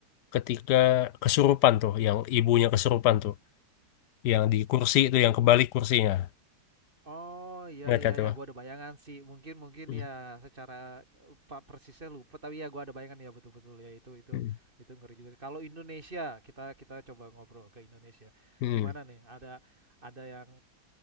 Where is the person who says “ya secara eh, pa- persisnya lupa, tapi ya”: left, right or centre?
Right